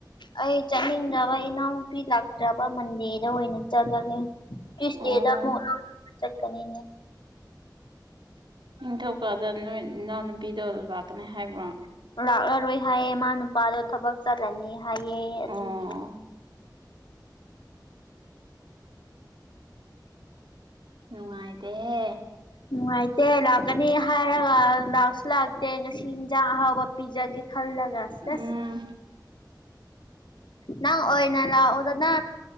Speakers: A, on the left; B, on the right.
A: ꯑꯩ ꯆꯠꯅꯤꯡꯗ꯭ꯔꯕ ꯏꯅꯥꯎꯅꯨꯄꯤ ꯂꯥꯛꯇ꯭ꯔꯕ ꯃꯟꯗꯦꯗ ꯑꯣꯏꯅ ꯆꯠꯂꯒꯦ ꯇꯨ꯭ꯁꯗꯦ
B: ꯑꯣ
A: ꯑꯃꯨꯛ ꯏꯅꯥꯎ ꯅꯨꯄꯤ ꯆꯀꯅꯤ
B: ꯅꯤꯡꯊꯧꯀꯥꯗ ꯅꯣꯏ ꯏꯅꯥꯎꯅꯨꯄꯤꯗꯣ ꯂꯥꯛꯀꯅꯤ ꯍꯥꯏꯕ꯭ꯔꯣ
A: ꯂꯥꯛꯂꯔꯣꯏ ꯍꯥꯏꯌꯦ ꯃꯥ ꯅꯨꯄꯥꯗꯣ ꯊꯕꯛ ꯆꯠꯂꯅꯤ ꯍꯥꯏꯑꯦ ꯑꯗꯨꯒꯤ
B: ꯑꯣ ꯅꯨꯡꯉꯥꯏꯇꯦꯍꯦ
A: ꯅꯨꯡꯉꯥꯏꯇꯦ ꯂꯥꯛꯀꯅꯤ ꯍꯥꯏꯔꯒ ꯂꯥꯛꯁꯨ ꯂꯥꯛꯇꯦ ꯉꯁꯤ ꯏꯟꯁꯥꯡ ꯑꯍꯥꯎꯕ ꯄꯤꯖꯒꯦ ꯊꯜꯂꯒ ꯆ
B: ꯎꯝ
A: ꯅꯪ ꯑꯣꯏ ꯅ ꯂ ꯑꯣꯗꯗꯥ